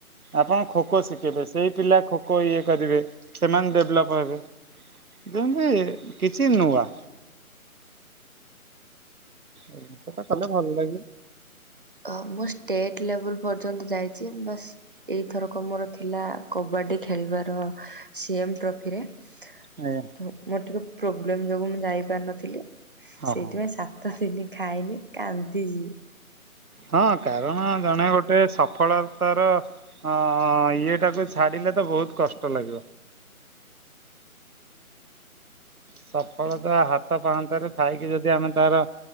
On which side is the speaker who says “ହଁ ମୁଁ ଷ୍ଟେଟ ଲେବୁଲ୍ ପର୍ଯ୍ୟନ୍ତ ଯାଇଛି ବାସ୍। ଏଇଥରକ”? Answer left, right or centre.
Right